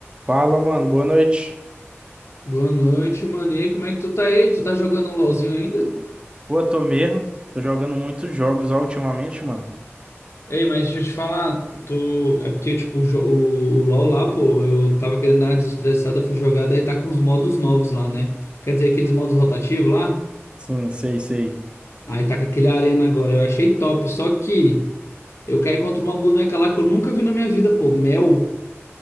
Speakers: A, on the right (about 25°); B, on the left (about 70°).
A: Fala, mano. Boa noite.
B: Boa noite, Mani. Como é que tu tá aí? Tu tá jogando um LOLzinho ainda?
A: Pô, tô mesmo. Tô jogando muitos jogos ó, ultimamente, mano.
B: Ei, mas deixa eu te falar, tô... é porque, tipo, o, jo- o, o LOL lá, pô, eu tava querendo dar uma desestressada, fui jogar, daí tá com os modos novos lá, né? Quer dizer, aqueles modos rotativos lá?
A: Sim, sei, sei.
B: Aí tá com aquele arena agora, eu achei top, só que eu caí contra uma boneca lá que eu nunca vi na minha vida, pô, Mel.